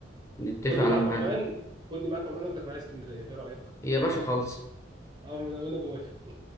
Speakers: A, on the left (about 15°); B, on the right (about 25°).
A: نتفق
B: خدني
A: على
B: معاك
A: ميعاد
B: عمان خدني معاك عمان اخدك معايا اسكندريه ايه رايك
A: يا باشا خلص
B: اه انا أنا موافق